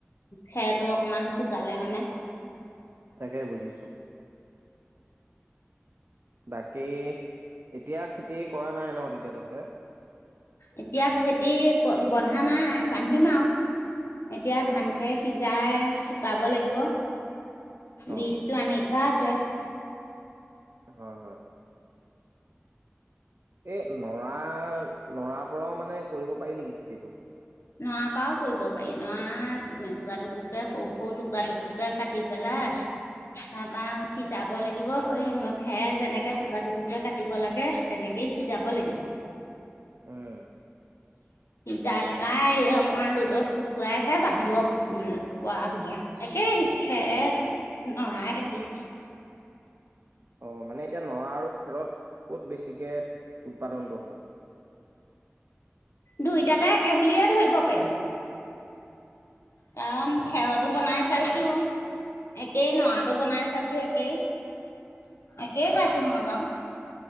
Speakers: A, on the left; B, on the right.
A: খেৰটো অকমান শুকালে মানে।
B: তাকে বুজিছোঁ । বাকী এতিয়া খেতি কৰা নাই ন তেতিয়া তহঁতে।
A: এতিয়া খেতি বন্ধা নাই বান্ধিম আৰু এতিয়া ধান খেৰ সিজাই শুকাব লাগিব।
B: অ
A: বিজতটো আনি থোৱা আছে।
B: হয় হয় এই নৰা নৰাৰ পৰাও মানে কৰিব পাৰি নেকি খেতিটো
A: নৰা পৰাও কৰিব পাৰি নৰা টুৰা টুকুৰকে সৰু সৰু টুকুৰা টুকুকে কাটি পেলাই তাৰ পৰা সিজাব লাগিব সেই খেৰ যেনেকে টুকু টুকুকে কাটিব লাগে তেনেকেই সিজাব লাগিব।
B: উম
A: জায পেলাই অকমান ৰ'দত শুকুৱাইহে বান্ধিব পৰা হ'ব একেই খেৰে নৰাই একেই।
B: অ মানে এতিয়া নৰা আৰু খেৰত ক'ত বেছিকে উৎপাদনটো হয়।
A: দুইটাতে একে বুলিয়ে ধৰিব পাৰি কাৰণ খেৰতো বনাই চাইছো একেই নৰাটো বনাই চাইছো একেই একেই পাইছোঁ মই বাৰু।